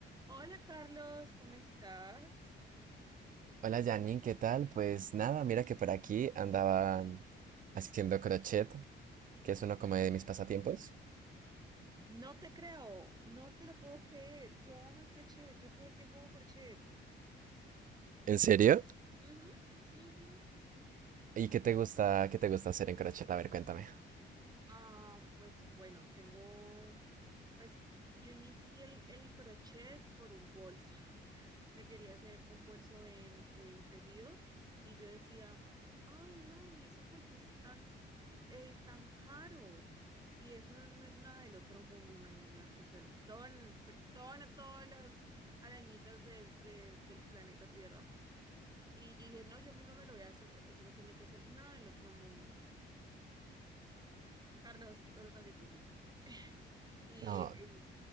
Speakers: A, on the right (about 20°); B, on the right (about 40°).
A: Hola Carlos, ¿cómo estás?
B: Hola Janine, ¿qué tal? Pues nada, mira que por aquí andaba haciendo crochet, que es uno como de mis pasatiempos.
A: No te creo, no te lo puedo creer. Yo amo el crochet, yo todo el tiempo hago crochet.
B: ¿En serio?
A: Ujú, Sí, sí.
B: ¿Y qué te gusta, qué te gusta hacer en crochet? A ver, cuéntame.
A: Ah, pues bueno, tengo, pues yo inicié el, el crochet por un bolso. <laughs> Me quería hacer un bolso en, en tejido y yo decía, ay no, ¿y eso porque es tan, eh, tan caro? Si eso no es nada del otro mundo, imagínate, perdón, perdón a todas las arañitas de- de- del planeta Tierra. Y yo dije, no, yo misma me lo voy a hacer porque eso no tiene que ser nada del otro mundo. Carlos, qué cosa tan difícil. <laughs> Y
B: No,
A: eh,